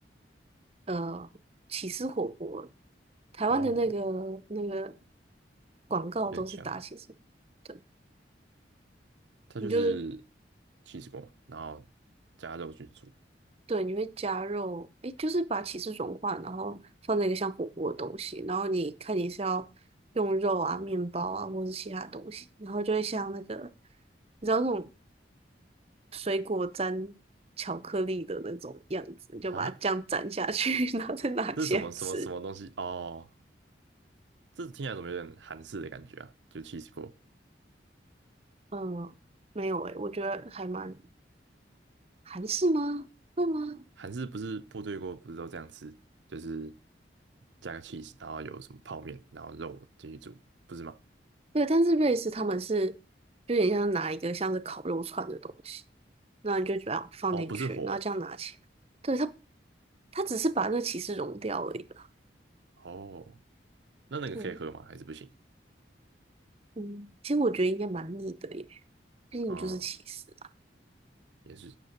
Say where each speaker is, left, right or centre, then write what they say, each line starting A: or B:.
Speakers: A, on the right; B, on the right.
A: 呃起司火锅。台湾的那个那个
B: 哦，
A: 广告都是打起司，
B: 有点像，
A: 对，
B: 它就是
A: 你就是
B: c h e e 起司锅，然后加肉去煮。
A: 对，你会加肉，诶，就是把起司融化，然后放在一个像火锅的东西，然后你看你是要用肉啊、面包啊，或是其他东西，然后就会像那个，你知道那种水果沾巧克力的那种样子，你就把它这样沾下去，
B: 哈，
A: <laughs> 然后再拿起来吃。
B: 这是什么什么什么东西？哦，这听起来怎么有点韩式的感觉啊？就 c h e e 起司锅。
A: 嗯，没有诶，我觉得还蛮韩式吗？会吗？
B: 韩式不是部队锅，不是都这样吃，就是加个 cheese，然后有什么泡面，然后肉进去煮，不是吗？
A: 对，但是瑞士他们是就有点像拿一个像是烤肉串的东西，那你就这样放进去，
B: 哦，不是火
A: 然后这样拿起来。对，它，它只是把那个起司融掉而已啦。
B: 哦，那那个可以喝吗？
A: 对，
B: 还是不行？
A: 嗯，其实我觉得应该蛮腻的耶，毕竟就是起司啊。
B: 哦，也是，